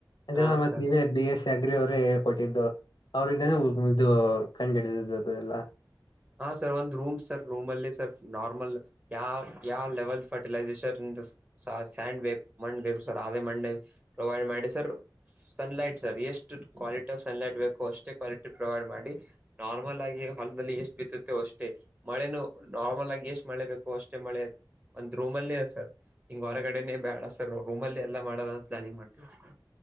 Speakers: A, on the left; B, on the right.
A: ಅದ
B: ಹಾ
A: ಅಲ್ಲಾ ಮತ್ತ
B: ಸರ್
A: ನೀವೇ ಬಿ ಎಸ್ಸಿ ಅಗ್ರಿ ಅವರೇ ಕೊಟ್ಟಿದ್ದು ಅವರಿಂದನೇ
B: ಹ್ಮ
A: ಉಹಮ್ ಇದು ಕಂಡ್ ಹಿಡಿದಿದ್ದ ಅದು ಎಲ್ಲಾ.
B: ಹಾ ಸರ್ ಒಂದ್ ರೂಮ್ ಸರ್ ರೂಮ್ ಅಲ್ಲಿ ಸರ್ ನಾರ್ಮಲ್ ಯಾ ಯಾವ ಲೆವೆಲ್ ಫಟ್ ರ್ಟಿಲೈಸೇಷನ್ದ ಸಾ ಸ್ಯಾಂಡ್ ಬೇಕು ಮಣ್ಣ್ ಬೇಕು ಸರ್ ಅದೇ ಮಣ್ಣ ಪ್ರೊವೈಡ್ ಮಾಡಿ ಸರ್. ಸನ್ಲೈಟ್ ಸರ್ ಎಷ್ಟು ಕ್ವಾಲಿಟಿ ಆಫ್ ಸನ್ಲೈಟ್ ಬೇಕೋ ಅಷ್ಟೇ ಕ್ವಾಲಿಟಿ ಪ್ರೊವೈಡ್ ಮಾಡಿ. ನಾರ್ಮಲ್ ಆಗಿ ಹೊಲದಲ್ಲಿ ಎಷ್ಟ ಬಿತ್ತುತ್ತೆ ಅಷ್ಟೇ ಮಳೇನು ನಾರ್ಮಲ್ ಆಗಿ ಎಷ್ಟ ಮಳೆ ಬೇಕೋ ಅಷ್ಟೇ ಮಳೆ. ಒಂದ್ ರೂಮಲ್ಲಿ ಸರ್ ಹಿಂಗ ಹೊರಗಡೆೇನೆ ಬ್ಯಾಡಾ ಸರ್ ರೂಮಲ್ಲಿ ಎಲ್ಲಾ ಮಾಡದ ಪ್ಲಾನಿಂಗ್ ಮಾಡ್ತೀವಿ ಸರ್.